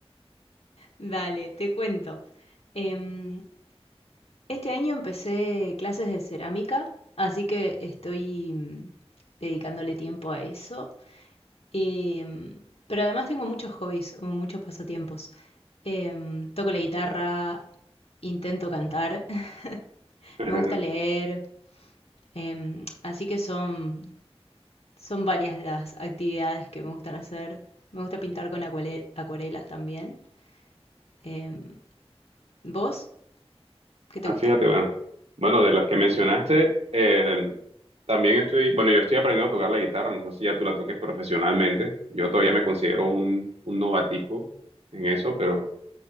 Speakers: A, on the left; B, on the right.
A: Dale, te cuento. Em, este año empecé clases de cerámica, así que estoy mm, dedicándole tiempo a eso. Em, pero además tengo muchos hobbies o muchos pasatiempos. Em, toco la guitarra, intento cantar, <laughs>
B: <laughs>
A: me gusta leer, em, así que son, son varias las actividades que me gustan hacer. Me gusta pintar con acuare- acuarelas también. Em, ¿vos? ¿Qué te
B: Ah,
A: gusta?
B: fíjate, bueno. Bueno, de las que mencionaste, eh, también estoy, bueno, yo estoy aprendiendo a tocar la guitarra, no sé si ya tú la toques profesionalmente, yo todavía me considero un, un novatico en eso, pero